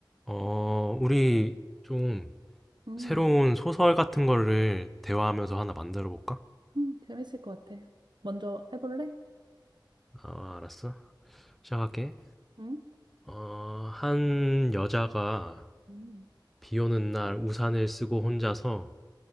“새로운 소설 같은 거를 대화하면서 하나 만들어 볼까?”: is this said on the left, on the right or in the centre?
Centre